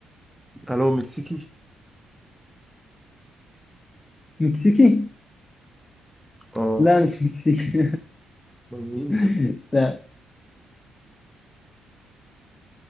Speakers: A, in the centre; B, on the left.
A: هل هو مكسيكي
B: مكسيكي
A: اه
B: لا مش مكسيك
A: أمال مين
B: <laughs>
A: ده
B: لا